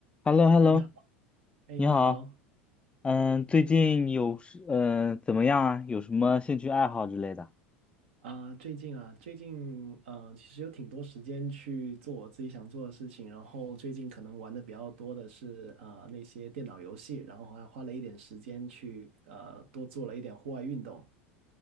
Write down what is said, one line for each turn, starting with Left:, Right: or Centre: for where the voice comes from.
Left: h e l l o h e l l
Right: 你好，
Left: o
Right: 哎，
Left: 你好，
Right: 你好
Left: 嗯，最近有是嗯、呃怎么样啊？有什么兴趣爱好之类的？
Right: 啊，最近啊，最近呃，其实有挺多时间去做我自己想做的事情，然后最近可能玩的比较多的是呃那些电脑游戏，然后还花了一点时间去呃多做了一点户外运动